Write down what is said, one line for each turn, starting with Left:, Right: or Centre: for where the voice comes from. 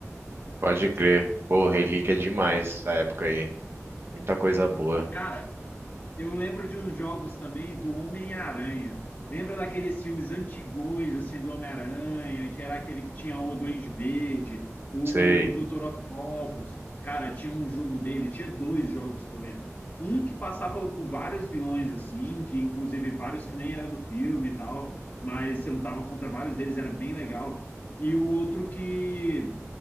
Right: Pode crer. Pô, relíquia é demais essa época aí. Muita coisa boa.
Left: Cara, Eu lembro de uns jogos também do Homem-Aranha. Lembra daqueles filmes antigões, assim, do Homem-Aranha, que era aquele que tinha o Duende Verde, o
Right: Sei.
Left: Dr. Octopus. Cara, tinha um jogo dele, tinha dois jogos que eu lembro. Um que passava por, por vários vilões, assim, que inclusive vários que nem era do filme e tal, mas você lutava contra vários deles, era bem legal. E o outro que